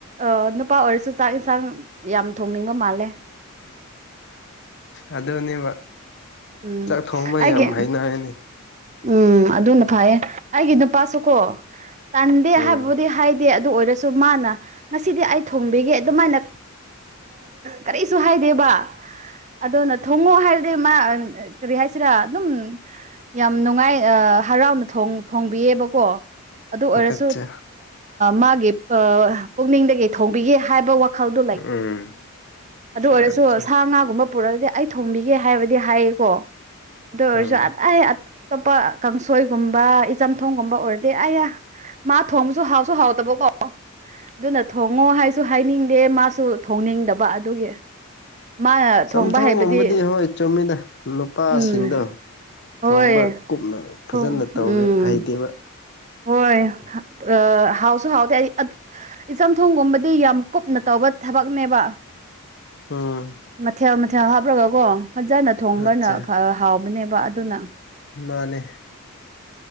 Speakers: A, on the right (about 30°); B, on the left (about 50°).
A: ꯑꯥ ꯅꯨꯄꯥ ꯑꯣꯏꯔꯁꯨ ꯆꯥꯛ ꯏꯟꯁꯥꯡ ꯌꯥꯝ ꯊꯣꯡꯅꯤꯡꯕ ꯃꯥꯜꯂꯦ
B: ꯑꯗꯨꯅꯦꯕ
A: ꯎꯝ
B: ꯆꯥꯛ ꯊꯣꯡꯕ
A: ꯑꯩꯒꯤ
B: ꯌꯥꯝ ꯍꯩꯅꯅꯤ
A: ꯎꯝ ꯑꯗꯨꯅ ꯐꯌꯦ ꯑꯩꯒꯤ ꯅꯨꯄꯥꯁꯨꯀꯣ ꯇꯟꯗꯦ
B: ꯎꯝ
A: ꯍꯥꯏꯕꯕꯨꯗꯤ ꯍꯥꯏꯗꯦ ꯑꯗꯨ ꯑꯣꯏꯔ ꯁꯨ ꯃꯥꯅ ꯉꯁꯤꯗꯤ ꯑꯩ ꯊꯣꯡꯕꯤꯒꯦ ꯑꯗꯨꯃꯥꯏꯅ ꯀꯔꯤꯁꯨ ꯍꯥꯏꯗꯦꯕ ꯑꯗꯨꯅ ꯊꯣꯡꯉꯣ ꯍꯥꯏꯔꯗꯤ ꯃꯥ ꯀꯔꯤ ꯍꯥꯏꯁꯤꯔꯥ ꯑꯗꯨꯝ ꯌꯥꯝ ꯅꯨꯡꯉꯥꯏ ꯍꯔꯥꯎꯅ ꯊꯣꯡꯕꯤꯌꯦꯕꯀꯣ ꯑꯗꯨ ꯑꯣꯏꯔꯁꯨ
B: ꯑꯠꯆꯥ
A: ꯃꯥꯒꯤ ꯄꯨꯛꯅꯤꯡꯗꯒꯤ ꯊꯣꯡꯕꯤꯒꯦ ꯍꯥꯏꯕ ꯋꯥ <unintelligible>
B: ꯎꯝ
A: ꯑꯗꯨ ꯑꯣꯏꯔꯁꯨ
B: ꯑꯠꯆꯥ
A: ꯁꯥ ꯉꯥꯒꯨꯝꯕ ꯄꯨꯔꯒꯗꯤ ꯑꯩ ꯊꯣꯝꯕꯤꯒꯦ ꯍꯥꯏꯕꯗꯤ ꯍꯥꯏꯌꯦꯀꯣ ꯑꯗꯨ ꯑꯣꯏꯔꯁꯨ
B: ꯎꯝ
A: ꯑꯇꯣꯞꯄ ꯀꯥꯡꯁꯣꯏꯒꯨꯝꯕ ꯏꯆꯝꯊꯣꯡꯒꯨꯝꯕ ꯑꯣꯏꯔꯗꯤ ꯑꯌꯥ ꯃꯥ ꯊꯣꯡꯕꯁꯨ ꯍꯥꯎꯁꯨ ꯍꯥꯎꯇꯕ ꯀꯣ ꯑꯣ ꯑꯗꯨꯅ ꯊꯣꯡꯉꯣ ꯍꯥꯏꯁꯨ ꯍꯥꯏꯅꯤꯡꯗꯦ ꯃꯥꯁꯨ ꯊꯣꯡꯅꯤꯡꯗꯕ ꯑꯗꯨꯒꯤ ꯃꯥꯅ
B: ꯆꯝꯊꯣꯡꯒꯕꯨꯗꯤ
A: ꯊꯣꯡꯕ ꯍꯩꯕꯗꯤ
B: ꯍꯣꯏ ꯆꯨꯝꯃꯤꯗ ꯅꯨꯄꯥꯁꯤꯡꯗꯣ
A: ꯎꯝ ꯍꯣꯏ
B: ꯊꯣꯡꯕ ꯀꯨꯞꯅ ꯐꯖꯅ
A: ꯊꯣꯡ
B: ꯇꯧꯔꯦ
A: ꯎꯝ
B: ꯍꯩꯇꯦꯕ
A: ꯍꯣꯏ ꯑꯥ ꯍꯥꯎꯁꯨ ꯍꯥꯎꯇꯦ ꯑꯩ ꯑꯗꯨ ꯏꯆꯝꯊꯣꯡꯒꯨꯝꯕꯗꯤ ꯌꯥꯝ ꯀꯨꯞꯅ ꯇꯧꯕ ꯊꯕꯛꯅꯦꯕ
B: ꯎꯝ
A: ꯃꯊꯦꯜ ꯃꯊꯦꯜ ꯍꯥꯞꯔꯒꯀꯣ ꯐꯖꯅ ꯊꯣꯡꯕꯅ
B: ꯑꯠꯆꯥ
A: ꯐ ꯍꯥꯎꯕꯅꯦꯕ ꯑꯗꯨꯅ
B: ꯃꯥꯅꯦ